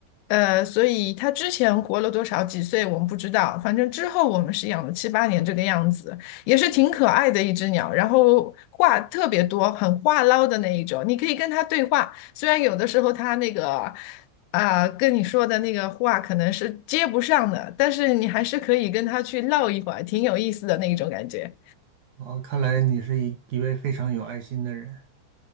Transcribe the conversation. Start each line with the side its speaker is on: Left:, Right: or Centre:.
Left: 呃，所以它之前活了多少几岁我们不知道，反正之后我们是养了七八年这个样子。也是挺可爱的一只鸟，然后话特别多，很话唠的那一种。你可以跟它对话，虽然有的时候它那个啊、跟你说的那个话可能是接不上的，但是你还是可以跟它去唠一会儿，挺有意思的那一种感觉。
Right: 哦，看来你是一一位非常有爱心的人